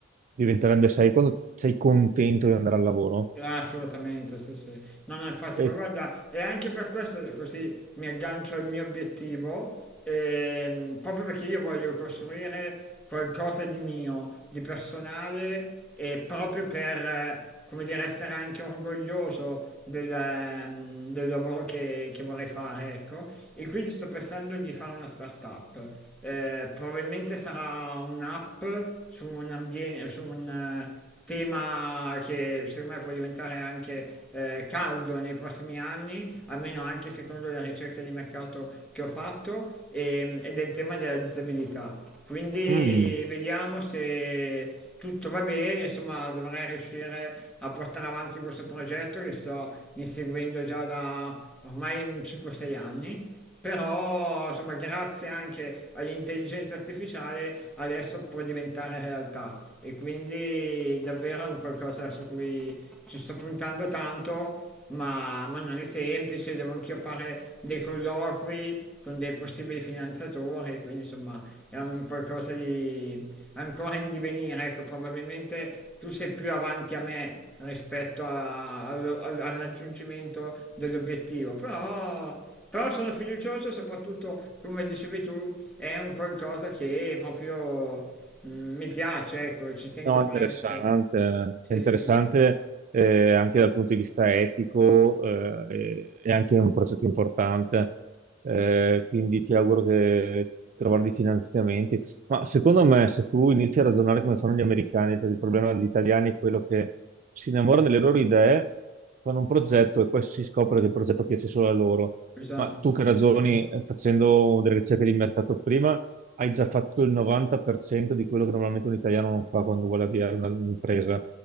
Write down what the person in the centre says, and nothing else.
Ah, assolutamente, sì, sì. No, no, infatti,
ma guarda, è anche per questo che così mi aggancio al mio obiettivo, ehm, proprio perché io voglio costruire qualcosa di mio, di personale, e proprio per, eh, come dire, essere anche orgoglioso del, ehm, del lavoro che, che vorrei fare, ecco. E quindi sto pensando di fare una startup. Eh, probabilmente sarà un'app su un ambiente, su un eh, tema che secondo me può diventare anche eh, caldo nei prossimi anni, almeno anche secondo le ricerche di mercato che ho fatto, e- ed è il tema della disabilità. Quindi
vediamo se tutto va bene, insomma dovrei riuscire a portare avanti questo progetto che sto inseguendo già da ormai 5-6 anni però insomma grazie anche all'intelligenza artificiale adesso può diventare realtà e quindi davvero è un qualcosa su cui ci sto puntando tanto, ma, ma non è semplice, devo anch'io fare dei colloqui con dei possibili finanziatori, quindi insomma è un qualcosa di ancora in divenire, ecco, probabilmente tu sei più avanti a me rispetto a- allo- al, al raggiungimento dell'obiettivo, però, però sono fiducioso e soprattutto, come dicevi tu, è un qualcosa che proprio mm, mi piace, ecco, ci tengo
parecchio.
Sì,
sì,
esatto,